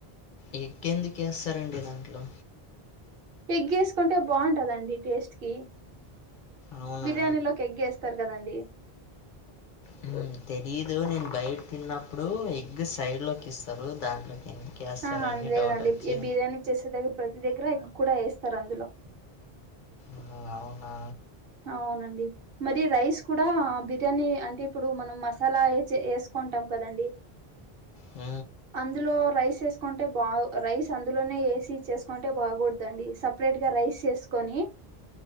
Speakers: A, on the left; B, on the right.
A: ఎగ్ ఎందుకెస్తారండి దాంట్లో
B: ఎగ్ వేసుకుంటే బాగుంటదండి టేస్ట్ కి
A: అవునా
B: బిర్యానీలోకి ఎగ్ వేస్తారు కదండి
A: మ్మ్. తెలీదు నేను బయట తిన్నప్పుడు ఎగ్ సైడ్ లోకి ఇస్తారు దాంట్లోకి వేస్తారు
B: ఆహా
A: అని
B: లేదండి
A: డౌట్ వచ్చి
B: ఏ బిర్యానీ చేసే దగ్గర ప్రతి దగ్గర ఎగ్ కూడా వేస్తారు అందులో
A: ఆ అవునా
B: అవునండి మరి రైస్ కూడా బిర్యానీ అంటే ఇప్పుడు మనం మసాలా వేసుకుంటాం కదండి
A: ఉ
B: అందులో రైస్ వేసుకుంటే బా రైస్ అందులోనే ఏసి చేసుకుంటే బాగూడదండి సపరేట్ గా రైస్ వేసుకొని